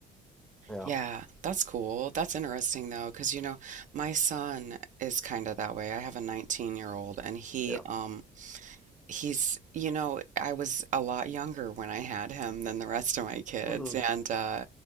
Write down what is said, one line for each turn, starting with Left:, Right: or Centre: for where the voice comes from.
Centre: Yeah,
Right: Yeah, that's cool. That's interesting though, because you know, my son is kind of that way. I have a 19-year-old and he
Centre: yeah,
Right: um He's, you know, I was a lot younger when I had him than the rest of my kids,
Centre: hmm
Right: and uh,